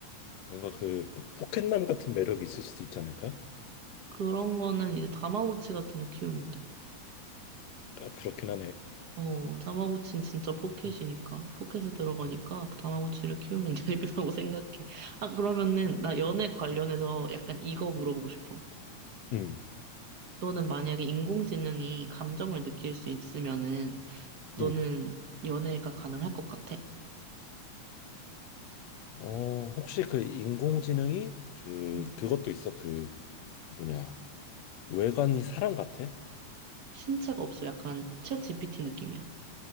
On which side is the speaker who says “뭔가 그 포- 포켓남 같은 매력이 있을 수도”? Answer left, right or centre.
Left